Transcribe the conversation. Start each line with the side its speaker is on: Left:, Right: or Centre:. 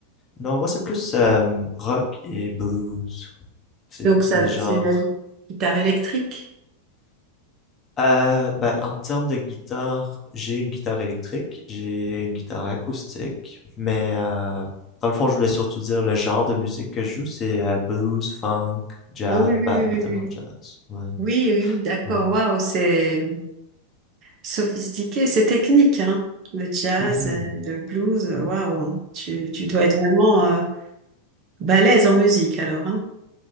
Left: non, moi c'est plus euh, rock et blues. C'est
Right: Donc,
Left: plus
Right: ça,
Left: les genres
Right: c'est la guitare électrique.
Left: Euh, ben, en termes de guitare, j'ai une guitare électrique, j'ai une guitare acoustique, mais euh, dans le fond, je voulais surtout dire le genre de musique que je joue, c'est euh, blues, funk, jazz,
Right: Ah oui, oui,
Left: ben,
Right: oui,
Left: pas
Right: oui,
Left: tellement
Right: oui.
Left: jazz, ouais,
Right: Oui, oui, oui, oui, d'accord.
Left: ouais.
Right: Waouh, c'est sophistiqué, c'est technique, hein. Le jazz,
Left: Mhm.
Right: euh, le blues, euh, waouh. Tu, tu dois être vraiment euh, balèze en musique, alors, hein.